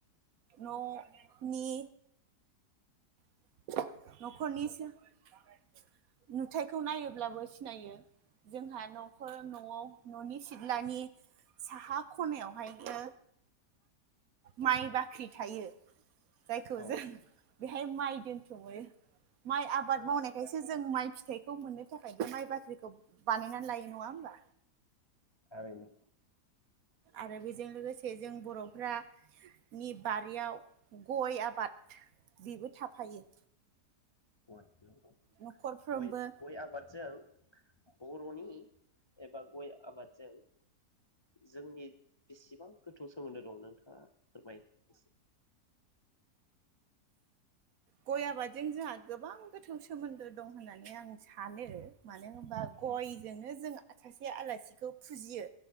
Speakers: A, on the right; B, on the left.
A: न नि <unintelligible> नखरनि <unintelligible> नुथायखौ नायोब्लाबो सिनायो जोंहा नखर नआव न'नि सिथ्लानि साहा ख'नायावहायनो माइ बाख्रि थायो‌। जायखौ
B: औ
A: जों बेहाय माइ दोनथुमो माइ आबाद मावनायखायसो जों माइ फिथाइखौ मोननो थाखाय माइ बाख्रिखौ बानायनानै लायो नङा होमबा?
B: थारैनो
A: आरो बेजों लोगोसे जों बर'फोरा नि बारियाव गय आबाद बेबो थाफायो
B: गय <unintelligible>
A: न'खरफ्रोमबो
B: गय गय आबादजों बर'नि एबा गय आबादजों जोंनि बेसेबां गोथौ सोमोन्दो दं नोंथाङा फोरमाय एसे
A: गय आबादजों जोंहा गोबां गोथौ सोमोन्दो दं होननानै आं सानो माने नो होनबा गयजोंनो
B: औ
A: जों सासे आलासिखौ फुजियो